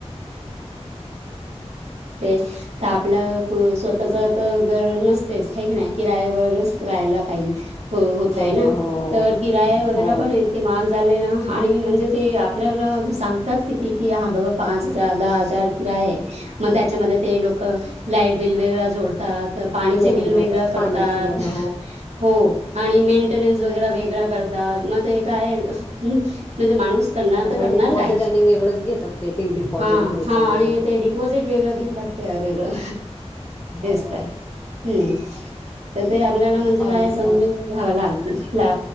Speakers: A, on the right; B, on the left.
A: <unintelligible> तर आपलं क स्वतःच तर घर नसतेच हे की नाही किरायावरच रायला पाहिजे हो होतय
B: अरे
A: ना
B: हो
A: तर किराया वगैरे
B: हो
A: पण कि महाग झाले ना आणि म्हणजे ते आपल्याला सांगतात किती की हां बाबा पाच हजार दहा हजार काय आहे मग त्याच्यामध्ये ते लोक लाईट बिल वेगवेगळे जोडतात. तर पाणीचे
B: वेगवेगळं
A: बिल वेगळं करतात
B: पाण्याचं वेगळं
A: हो. आणि मेंटेनन्स वगैरे वेगळा करतात, मग ते काय म्हणजे माणूस. करणार
B: आणि
A: तर करणार
B: डिपॉझिट
A: काय,
B: आणि वेगळंच घेतात ते टी डिपॉझिट
A: हा
B: घ्यायचं
A: हा.. आणि
B: काय
A: ते डिपोजिट वेगळं घेतात. ते आहे वेगळं.
B: हो
A: तेच तर
B: हो.
A: हम्म तर ते आपल्याला म्हणजे
B: माणसं
A: काय समजून घ्याव लागत ला